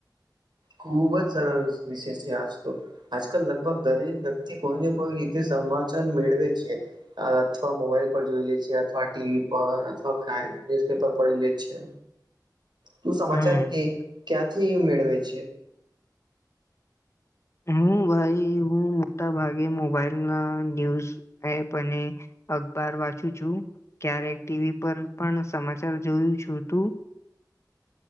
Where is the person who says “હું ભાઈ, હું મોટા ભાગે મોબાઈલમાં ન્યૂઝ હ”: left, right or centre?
Left